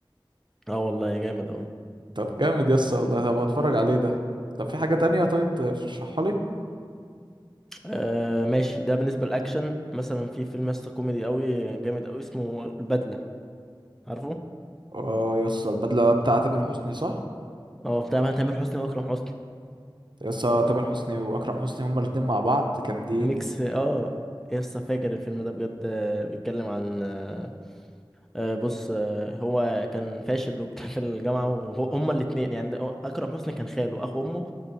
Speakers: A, in the centre; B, on the right.
A: اه والله جامد أوي
B: طب جامد يسا والله طب اتفرج عليه ده طب في حاجة تانية طيب ترشحها لي
A: آه ماشي ده بالنسبة للأكشن مثلا في فيلم يسطا كوميدي أوي جامد أوي اسمه البدلة عارفه؟
B: اه يسا البدلة بتاع تامر حسني صح
A: اه بتاع تامر حسني وأكرم حسني
B: يسا تامر حسني واكرم حسني هما الاتنين مع بعض جامدين
A: ميكس اه يسطا فاجر الفيلم ده بجد آه، بيتكلم عن آه آه، بص آه هو كان فاشل وبتاع في الجامعة وهما الاتنين يعني ده- أكرم حسني كان خاله أخو أمه